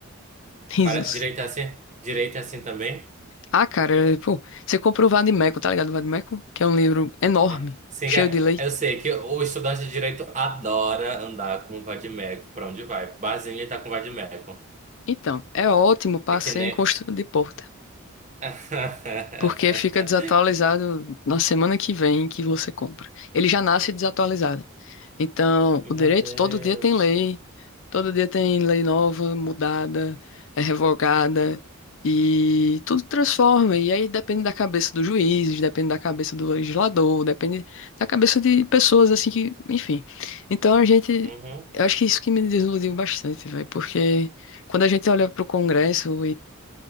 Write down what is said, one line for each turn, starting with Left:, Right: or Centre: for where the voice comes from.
Left: <laughs> Risos.
Right: Para, direito é assim? Direito é assim também?
Left: Ah, cara, pô, você comprou o Vademécum, tá ligado? O Vademécum, que é um livro enorme,
Right: Ah, Sim,
Left: cheio
Right: é,
Left: de lei.
Right: eu sei que o estudante de direito adora andar com o vade-mecum para onde vai. Barzinho ele tá com o vade-mecum.
Left: Então, é ótimo para
Right: É que
Left: ser
Right: nem.
Left: em construção de porta.
Right: <laughs>
Left: porque fica desatualizado na semana que vem que você compra. Ele já nasce desatualizado. Então,
Right: Meu
Left: o direito
Right: Deus.
Left: todo dia tem lei, todo dia tem lei nova, mudada, é revogada e tudo transforma. E aí depende da cabeça do juiz, depende da cabeça do legislador, depende da cabeça de pessoas assim que, enfim. Então a gente
Right: Uhum.
Left: Eu acho que isso que me desiludiu bastante, velho, porque quando a gente olha para o Congresso